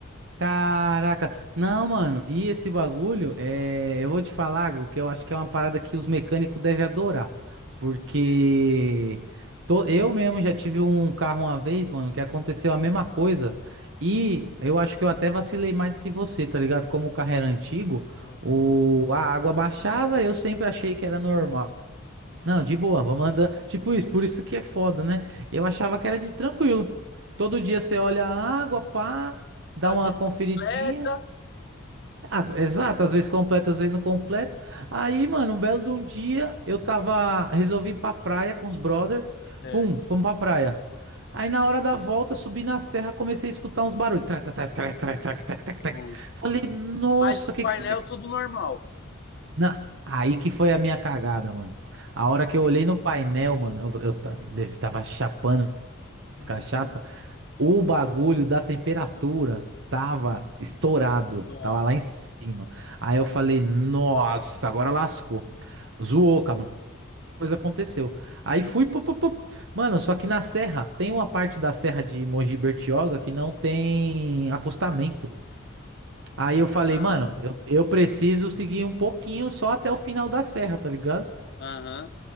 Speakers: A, on the right; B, on the left.
A: Caraca, não, mano, e esse bagulho, é, eu vou te falar algo que eu acho que é uma parada que os mecânicos devem adorar, porque to- eu mesmo já tive um carro uma vez, mano, que aconteceu a mesma coisa, e eu acho que eu até vacilei mais do que você, tá ligado? Como o carro era antigo,
B: Uhum.
A: o... a água baixava, eu sempre achei que era normal. Não, de boa, vamos andando. Tipo isso, por isso que é foda, né? Eu achava que era de tranquilo. Todo dia você olha a água, pá, dá
B: Às
A: uma
B: vezes
A: conferidinha.
B: completa,
A: Às- exato, às vezes completa, às vezes não completa. Aí, mano, um belo de um dia, eu tava, resolvi ir pra praia com os brother.
B: certo.
A: Pum, fomos pra praia. Aí na hora da volta, subi na serra, comecei a escutar uns barulhos. Trac, trac, trac, trac, trac, trac, trac, trac.
B: Putz.
A: Falei, nossa,
B: Mas no
A: o que
B: painel
A: que será
B: tudo normal.
A: não, aí que foi a minha cagada, mano. A hora que eu olhei no painel, mano, eu, eu ta- deve- tava chapando
B: <laughs> Aham.
A: as cachaça, o bagulho da temperatura tava estourado,
B: Não.
A: tava lá em cima. Aí eu falei, nossa, agora lascou. Zoou, acabou. Coisa aconteceu. Aí fui, pu, pu, pu. Mano, só que na serra, tem uma parte da serra de Mogi Bertioga que não tem acostamento. Aí eu falei,
B: Ah,
A: mano, eu, eu preciso seguir um pouquinho só até o final da serra, tá ligado?
B: Aham.